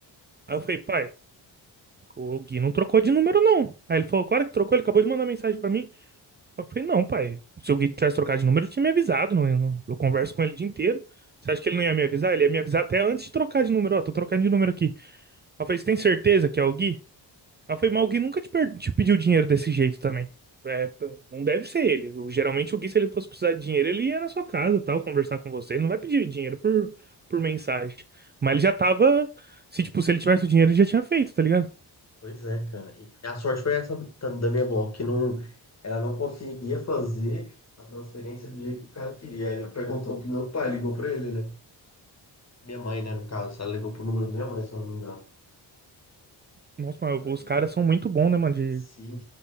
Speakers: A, on the right; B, on the left.
A: Aí eu falei, pai, o Gui não trocou de número não. Aí ele falou, claro que trocou, ele acabou de mandar mensagem pra mim. Eu falei, não, pai, se o Gui tivesse trocado de número, eu tinha me avisado. Não, eu, não- eu converso com ele o dia inteiro. Você acha que ele não ia me avisar? Ele ia me avisar até antes de trocar de número. Ó, tô trocando de número aqui. Aí Eu falei, você tem certeza que é o Gui? Ela foi, mas alguém nunca te, per- te pediu dinheiro desse jeito também. É, p- não deve ser ele. O- Geralmente o Gui, se ele fosse precisar de dinheiro, ele ia na sua casa, tal, conversar com você. Ele não vai pedir dinheiro por, por mensagem. Mas ele já tava. Se, tipo, se ele tivesse o dinheiro, ele já tinha feito, tá ligado?
B: Pois é, cara. E a sorte foi essa ta- da minha avó, que não, ela não conseguia fazer a transferência do jeito que o cara queria. Aí eu perguntou pro meu pai, ligou pra ele, né? Minha mãe, né, no caso. Ela ligou pro número da minha mãe, se eu não me engano.
A: Nossa, mas
B: Aí,
A: os caras são muito bons, né, mano? De,
B: sim,